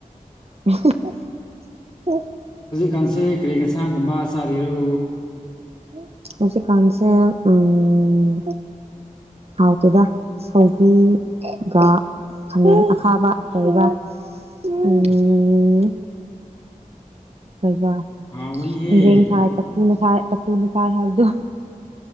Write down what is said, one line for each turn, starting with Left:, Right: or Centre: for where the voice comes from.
Right: <unintelligible>
Left: ꯀꯥꯟꯁꯦ ꯀ꯭ꯔꯔꯤ ꯌꯦꯟꯁꯥꯡꯒꯨꯝꯕ ꯆꯥꯕꯤꯔꯨ
Right: ꯎ ꯎꯆꯁꯤ ꯀꯥꯟꯁꯦ ꯎꯝ ꯍꯥꯎ ꯇꯦꯗ ꯁꯧꯔꯤꯒ ꯊꯃꯦꯟ ꯑꯈꯥꯕ ꯂꯩꯕ ꯎꯝ ꯀꯕꯟꯖꯦꯡ
Left: ꯍꯥꯎꯒꯅꯤꯍꯦ
Right: ꯊꯥꯏ ꯈꯅ ꯊꯥꯏ ꯈꯨꯅ ꯊꯥꯏ ꯍꯥꯏꯔꯗꯣ